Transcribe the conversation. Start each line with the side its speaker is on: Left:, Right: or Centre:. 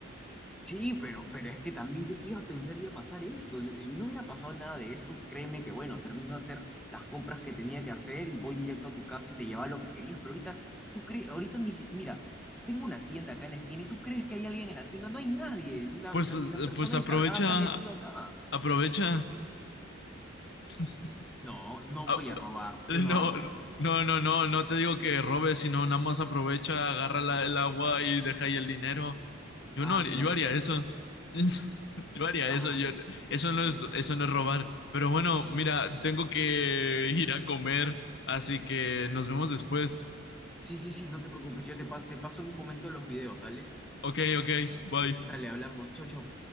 Centre: Sí, pero, pero es que también yo que iba a pensar que iba a pasar esto. Si si no hubiera pasado nada de esto, créeme que bueno, termino de hacer las compras que tenía que hacer y voy directo a tu casa y te lleva lo que querías. Pero ahorita, tú crees, ahorita ni si, mira, tengo una tienda acá en la esquina y tú crees que hay alguien en la tienda. No hay nadie. La,
Left: Pues,
Centre: la,
Left: eh,
Centre: la persona
Left: pues aprovecha,
Centre: encargada se ha metido acá.
Left: aprovecha. <laughs>
Centre: No, no
Left: Ah,
Centre: voy a robar.
Left: No,
Centre: Yo no hago eso.
Left: no, no, no, no te digo que robes, sino nada más aprovecha, agarra la- el agua y deja ahí el dinero. Yo
Centre: Ah,
Left: no, haría-
Centre: mira
Left: yo
Centre: que.
Left: haría eso. <laughs> Yo haría
Centre: Ay,
Left: eso, yo,
Centre: no puede
Left: eso no
Centre: ser.
Left: es, eso no es robar. Pero bueno, mira, tengo que ir a comer, así que nos vemos después.
Centre: Sí, sí, sí, no te preocupes. Yo te, pa- te paso en un momento los videos, dale.
Left: Ok, ok, bye.
Centre: Dale, hablamos. Chau, chau.